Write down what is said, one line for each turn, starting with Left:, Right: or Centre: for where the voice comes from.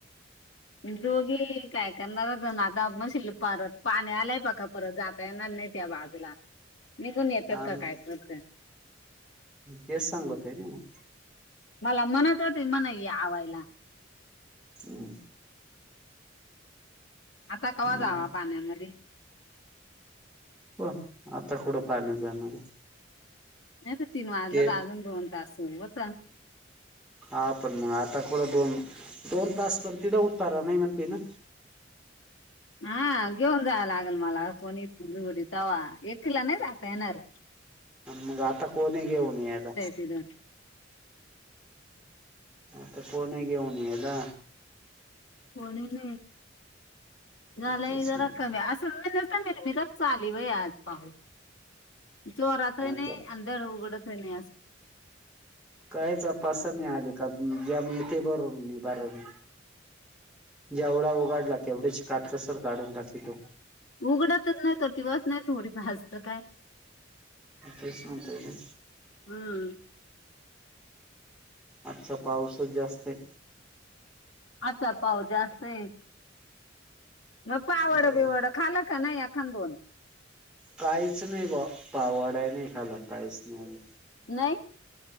Left: म दोघी काय करणार आता? माझ परत पाणी आलाय पक्का परत जात जाणार नाहीेत त्या बाजूला. निघून येतात
Centre: हा
Left: का
Centre: ना,
Left: काय करत
Centre: तेच सांगतोय ना मग.
Left: मला म्हनत होते म्हण या आवायला
Centre: हुं.
Left: आता कव्हा जावा
Centre: मग
Left: पाण्यामध्ये?
Centre: हो आता कुठ पाण्यात जाणार?
Left: नाही तर तीन वाजलत,
Centre: ते
Left: अजून दोन तास होत.
Centre: हा पण, मग आता कुट दोन, दोन तास पण तिथं उतारा नाही म्हणते ना.
Left: हा घेऊन जावं लागेल मला, कोणी इथं वडी चावा एकीला नाही जाता येणार.
Centre: मग आता कोण ये घेऊन यायला.
Left: केदार
Centre: आता कोण आहे घेऊन यायला?
Left: कोणी नाही? झालंय
Centre: म्हटलंच
Left: जरा
Centre: नाही ते
Left: कमी अस र मी तर चाली व आज पाऊस. जोरात ही
Centre: आता
Left: नाही आणि धड उघडत ही नाही अस.
Centre: काहीच पैसा नाही आले का? ज्या मी नेते बरून बरून. जेवढा उगाडला, तेवढीच काटकसर काढून टाकीतो.
Left: उघडतच नाही तो, दिवासच नाही थोडी हसतं काय?
Centre: मग, तेच म्हणतोय मी.
Left: हम्म.
Centre: आजचा पाऊसच जास्त ये.
Left: आचा पाऊस जास्त ये. म पावड
Centre: बर
Left: बिवडं खाल का नाही एखान दोन?
Centre: काहीच नाही बुवा, पाव वडा नाही खाला काहीच नाही आजुन.
Left: नाही?